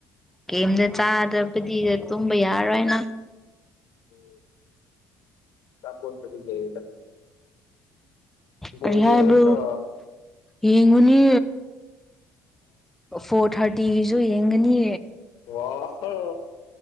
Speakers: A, in the centre; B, on the left.
A: ꯀꯦꯝꯗ ꯆꯥꯗꯕꯗꯤꯗ ꯇꯨꯝꯕ ꯌꯥꯔꯣꯏ ꯅꯪ
B: ꯎꯝ ꯑꯆꯥꯄꯣꯠꯄꯨꯗꯤ ꯂꯩꯌꯦꯗ ꯕꯣꯜ
A: ꯀꯔꯤ
B: ꯌꯦꯡꯉꯔꯣꯏꯗ꯭ꯔꯣ
A: ꯍꯥꯏꯕ꯭ꯔꯣ ꯌꯦꯡꯉꯨꯅꯤ ꯐꯣꯔ ꯊꯥꯔꯇꯤꯒꯤꯁꯨ ꯌꯦꯡꯒꯅꯤ
B: ꯋꯥ ꯍꯥ